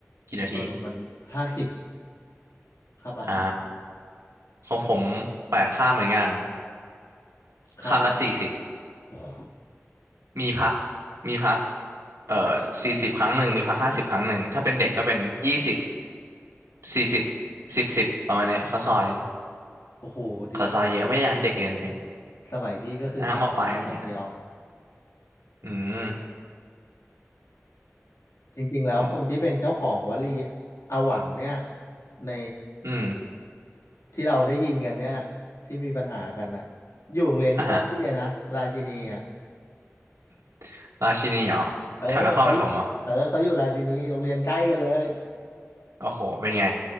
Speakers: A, on the right; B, on the left.
A: กี่นาที
B: เออมันห้าสิบคาบละห้า
A: อ่า ของผมแปดข้ามเหมือนกัน
B: คาบละ
A: ข้ามละสี่สิบ
B: โอ้โห
A: มีพักมีพักเอ่อสี่สิบครั้งหนึ่งมีพักห้าสิบครั้งหนึ่งถ้าเป็นเด็กก็เป็นยี่สิบสี่สิบสิบสิบประมาณเนี้ยเขาวซอย
B: โอ้โหดีอย่าง
A: เขาวซอยเยอะไม่อยากให้เด็กเรียนเยอะ
B: สมัยพี่ก็คือพักกลางวันอย่างเดียว
A: นะฮะมอปลายก็อย่างเงี้ยแหละอืม
B: จริงๆ แล้วคนที่เป็นเจ้าของวลี
A: ครับ
B: อาหวังเนี่ยใน
A: อืม
B: ที่เราได้ยินกันเนี่ยที่มีปัญหากันนะอยู่โรงเรียนใกล้ๆพี่นะราชินีอ่ะ
A: อ่ะฮะ <laughs> ราชินีเหรอแถวนครปฐมเหรอ
B: เออเขาอยู่เออเขาอยู่ราชินีโรงเรียนใกล้กันเลย
A: โอ้โหเป็นไง